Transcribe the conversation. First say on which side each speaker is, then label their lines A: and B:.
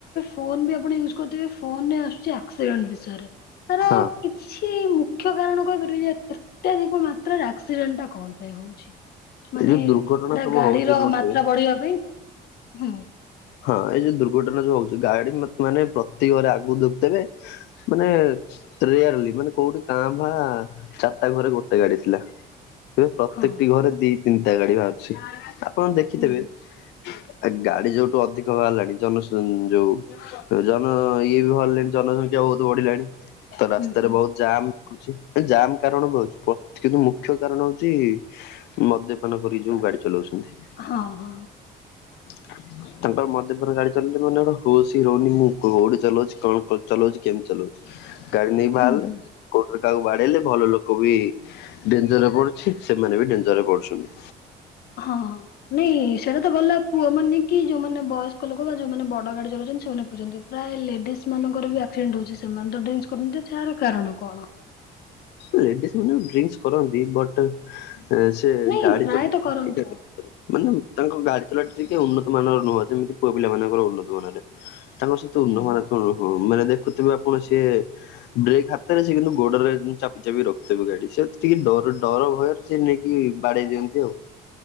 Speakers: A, on the left; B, on the left.
A: ଫୋନ ବି ଆପଣ ୟୁଜ କରୁଥିବେ ଫୋନରେ ଆସୁଛି ଆକ୍ସିଡେଣ୍ଟ ବିଷୟରେ ତାର
B: ହଁ
A: କିଛି ମୁଖ୍ୟ କାରଣ କହିପାରିବେ ଯେ ଅତ୍ୟଧିକ ମାତ୍ରାରେ ଆକ୍ସିଡେଣ୍ଟଟା କଣ ପାଇଁ ହଉଛି? ମାନେ
B: ଏଇ ଯୋଉ
A: ଏଟା
B: ଦୁର୍ଘଟଣା ସବୁ
A: ଗାଡିର
B: ହଉଛି ରୋଡରେ
A: ମାତ୍ରା ବଢିବା ପାଇଁ ହୁଁ?
B: ହଁ ଏଇ ଯୋଉ ଦୁର୍ଘଟଣା ଯୋଉ ହଉଛି ଗାଡି ମାନେ ପ୍ରତି ଘରେ ଆଗକୁ ଦେଖିଥିବେ ମାନେ ରେୟାରଲି ମାନେ କୋଉଠି କାଁ ଭାଁ ଚାରିଟା ଘରେ ଗୋଟେ ଗାଡି ଥିଲା। ଏବେ ପ୍ରତ୍ୟେକଟି
A: ହଁ
B: ଘରେ ଦି ତିନିଟା ଗାଡି ବାହାରୁଛି ଆପଣ ଦେଖିଥିବେ।
A: ହୁଁ ହୁଁ
B: ଆ ଗାଡି ଯୋଉଠୁ ଅଧିକ ବାହାରିଲାଣି ଜନ ଯୋଉ ଜନ ଇଏ ବି ବଢ଼ିଲଣି ଜନସଂଖ୍ୟା ବହୁତ ବଢିଲାଣି ତ ରାସ୍ତାରେ
A: ହୁଁ ହୁଁ
B: ବହୁତ ଜାମ୍। ଜାମ କାରଣ ବି ହଉଛି କିନ୍ତୁ ମୁଖ୍ୟ କାରଣ ହଉଛି ମଦ୍ୟପାନ କରି ଯୋଉ ଗାଡି ଚଲଉଛନ୍ତି।
A: ହଁ ହଁ।
B: ହ ତାଙ୍କର ମଦପୁର ଗାଡି ଚଲେଇଲେ ମାନେେ ହୋଉ ହି ରହୁନି ମୁଁ କୋଉଠି ଚଲାଉଛି କଣ ଚଲାଉଛିମିତି ଚଲାଉଛି। ଗାଡି ନେଇ ଭାଲେ
A: ହୁଁ ହୁଁ।
B: କ କାହାକୁ ବାଡେଇଲେ ଭଲ ଲୋକ ବି ଡେଞ୍ଜରରେ ପଡୁଛି ସେମାନେ ବି ଡେଞ୍ଜର ରେ ପଡୁଛନ୍ତି।
A: ହଁ। ନାଇଁ ସେଇଟା ତ ଗଲା ପୁଅମାନେ କି ଯୋଉମାନେ ବୟସ୍କ ଲୋକ ବା ଯୋଉମାନେ ବଡ ଗାଡି ଚଲାଉଛନ୍ତି ସେମାନେ ପୁଜନ୍ତି। ପ୍ରାୟ ଲେଡିଜ ମାନଙ୍କର ବି ଆକ୍ସିଡେଣ୍ଟ ହଉଛି ସେମାନେ ତ ଦେନ୍ସ କରୁନ୍ତି ଯାହାର କାରଣ କଣ।
B: ଲେଡିସ ମାନେ ଡ୍ରିଙ୍କସ କରନ୍ତି ବଟ୍ ଅ ସେ
A: ନାଇଁ
B: ଗାଡି
A: ପ୍ରାୟତଃ
B: ଚଛି
A: କରନ୍ତି
B: ଟି
A: ହୁଁ
B: ମାନେ ତାଙ୍କ ଗାଡି ଚଲା ଟିକେ ଉନ୍ନତ ମାନର ନୁହଁ ଯେମିତି ପୁଅ ପିଲା ମାନଙ୍କର ଉନ୍ନତ ମାନରେ। ତାଙ୍କ ସହିତ
A: ହୁଁ
B: ନହନା
A: ହୁଁ
B: କଣ ହଁ ମାନେ ଦେଖୁଥିବେ ଆପଣ ସିଏ ବ୍ରେକ୍ ହାତରେ ସେ କିନ୍ତୁ ଗୋଡରେ ଚାପି ଚାପି ରଖିଥିବି ଗାଡି। ସେ ଟିକେ ଡର ଡର ଭୟରେ ସେ ନେଇକି ବାଡେଇ ଦିଅନ୍ତି ଆଉ।